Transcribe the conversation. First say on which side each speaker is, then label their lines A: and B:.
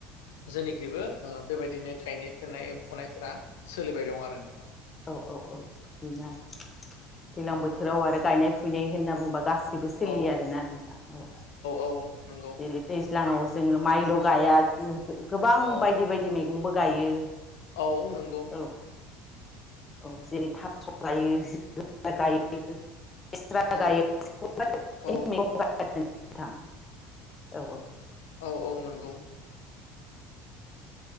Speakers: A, on the left (about 75°); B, on the left (about 30°).
A: जेनिखिबो बेबायदिनो गायनाय फोनाय फुनायफोरा सोलिबाय दं आरो नोंथां।
B: औ औ औ बिदिनो आरो दैज्लां बोथोराव आरो गायनाय फुनाय होनना बुंबा गासिबो सोलियो
A: औ
B: आरोना नोंथां औ
A: औ नंगौ
B: जेरै दै दैज्लाङाव जोङो माइल गाया गोबां
A: औ
B: बायदि बायदि मैगंबो गायो।
A: औ नंगौ।
B: औ औ जेरै थाब <unintelligible> लेस्रा
A: औ
B: गायो
A: औ
B: <unintelligible> औ औ।
A: औ औ नंगौ।